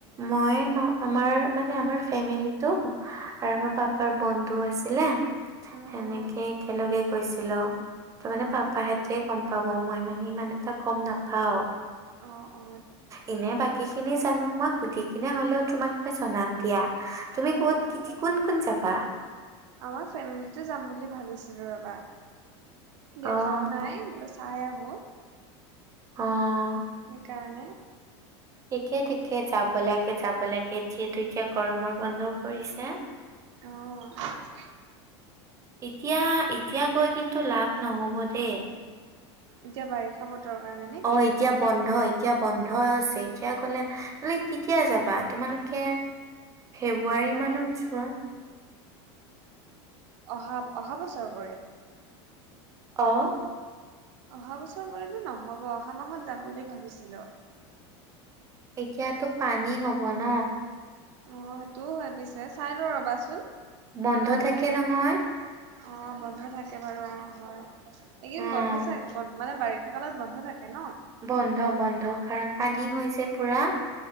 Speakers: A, on the right (about 20°); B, on the right (about 80°).
A: মই আমাৰ মানে আমাৰ ফেমেলিটো আৰু আমাৰ পা। পাৰ বন্ধু আছিলে।
B: অঁ
A: সেনেকে
B: অঁ
A: একেলগে গৈছিলো ত মানে পাপাহেঁতে
B: অঁ
A: গম পা। ব মই মানে ইমান এটা গম নাপাও।
B: অ অ।
A: এনে বাকী খিনি জানো মই সুধি কিনে হলেও তোমাক মই জনাম দিয়া। তুমি
B: অঁ
A: ক'ত
B: অঁ
A: কি
B: হ'ব দে
A: কোন কোন জাবা।
B: আমাৰ ফেমিলিটো যাম বুলি ভাবিছিলোঁ ৰ'বা। দেখাও
A: অ',
B: নাই বোলো চাই আহো
A: অ'।
B: সেইকাৰণে।
A: ঠিকে ঠিকে যাব লাগে যাব লাগে যিহেতু এতিয়া গৰমৰ বন্ধও পৰিছে।
B: অ <unintelligible>
A: এতিয়া এতিয়া গৈ কিন্তু লাভ নহ'ব দেই।
B: এতিয়া বাৰিষা বতৰ কাৰণে। নেকি
A: অ এ। এতিয়া বন্ধ এতিয়া বন্ধ হৈছে এতিয়া কলে ত কেতিয়া যাবা তোমালোকে। ফেব্ৰুৱাৰী
B: মানে
A: মানত যোৱা।
B: অহা অহা বছৰব।
A: অ।
B: অহা বছৰ পৰিতো নহব অহা মাহত যাম বুলি ভাবিছিলো।
A: এতিয়াতো পানী হব ন।
B: অ সেইটোও হয় পিছে চাই লওঁ ৰবাচোন
A: বন্ধ
B: অলপমান
A: থাকে
B: ভালকে।
A: নহয়
B: অ বন্ধ থাকে বাৰু অ হয় এইকদ
A: অ'।
B: বন্ধ চ বন্ধ মানে বাৰি। কালত বন্ধ থাকে ন।
A: বন্ধ বন্ধ কাৰণ পানী হৈযে পুৰা।